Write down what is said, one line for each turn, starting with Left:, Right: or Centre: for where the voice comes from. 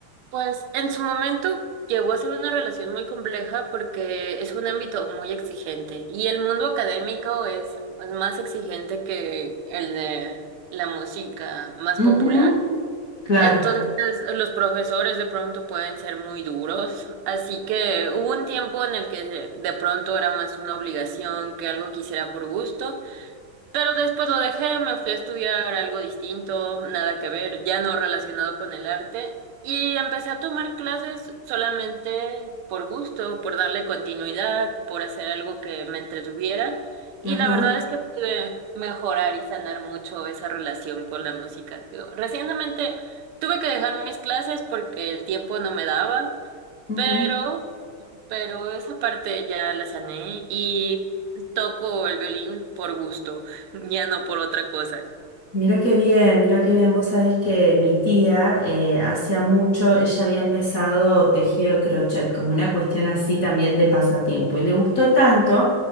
Right: Pues en su momento llegó a ser una relación muy compleja porque es un ámbito muy exigente y el mundo académico es más exigente que el de la música más
Left: Ujú,
Right: popular.
Left: claro.
Right: Entonces, los profesores de pronto pueden ser muy duros, así que hubo un tiempo en el que de pronto era más una obligación que algo que hiciera por gusto, pero después lo dejé, me fui a estudiar algo distinto, nada que ver, ya no relacionado con el arte. Y empecé a tomar clases solamente por gusto, por darle continuidad, por hacer algo que me entretuviera. Y
Left: Ajá.
Right: la verdad es que pude mejorar y sanar mucho esa relación con la música. Digo, Recientemente tuve que dejar mis clases porque el tiempo no me daba,
Left: ujú.
Right: pero pero esa parte ya la sané y toco el violín por gusto, <laughs> ya no por otra cosa.
Left: Mira qué bien, mira qué bien. Vos sabés que mi tía eh, hacía mucho, ella había empezado tejido el crochet como una cuestión así también de pasatiempo y le gustó tanto